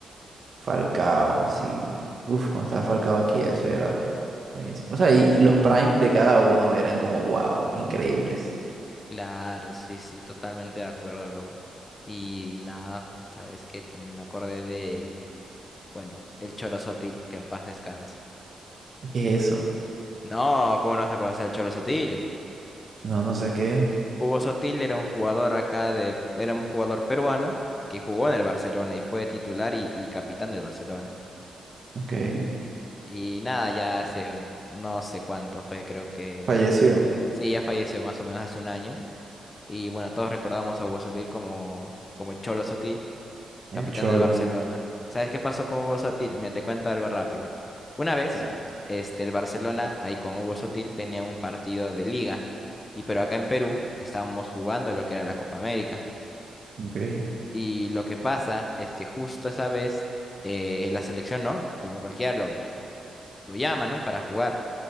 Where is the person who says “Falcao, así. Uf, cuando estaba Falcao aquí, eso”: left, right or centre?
Right